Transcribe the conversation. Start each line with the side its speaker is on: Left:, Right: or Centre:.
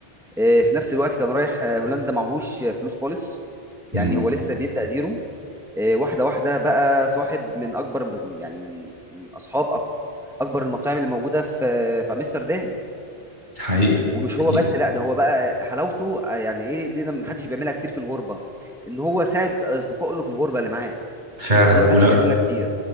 Centre: آه، في نفس الوقت كان رايح آه، هولندا معهوش آه، فلوس خالص يعني
Right: مم.
Centre: هو لسه بيبدأ زيرو آه، واحده واحده بقى صاحب من اكبر يعني من من اصحاب أك- اكبر المطاعم اللي موجوده في آه، في امستردام
Right: حقيقي
Centre: ومش
Right: حقيقي
Centre: هو بس لا ده هو بقى حلاوته آه، يعني ايه دي ما حدش بيعملها كتير في الغربه ان هو ساعد اصدقائه اللي في الغربه اللي معاه
Right: فعلا
Centre: وده ما
Right: ولا
Centre: حدش بيعملها كتير